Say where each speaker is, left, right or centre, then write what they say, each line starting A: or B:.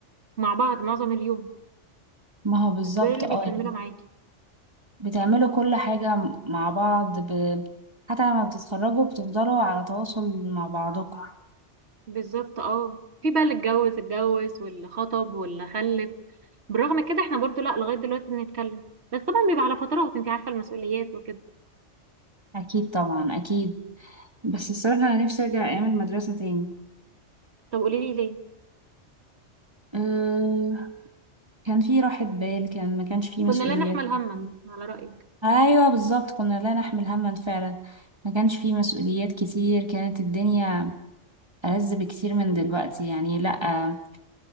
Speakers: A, on the right; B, on the right.
A: مع بعض معظم اليوم
B: ما هو بالظبط
A: دول اللي
B: اه
A: بيكملوا معاكي
B: بتعملوا كل حاجة مع بعض ب... حتى لما بتتخرجوا بتفضلوا على تواصل مع بعضكم
A: بالظبط اه في بقى اللي اتجوز اتجوز واللي خطب واللي خلف بالرغم كده احنا برضو لا لغاية دلوقتي بنتكلم بس طبعا بيبقى على فترات انت عارفة المسؤوليات وكده
B: أكيد طبعا أكيد بس الصراحة أنا نفسي أرجع أيام المدرسة تاني
A: طب قولي لي ليه
B: أه... كان في راحة بال كان ما كانش في
A: كنا
B: مسؤوليات
A: لا نحمل هما
B: كتير.
A: على رأيك
B: أيوة بالظبط كنا لا نحمل هما فعلا ما كانش في مسؤوليات كتير كانت الدنيا ألذ بكتير من دلوقتي يعني لأ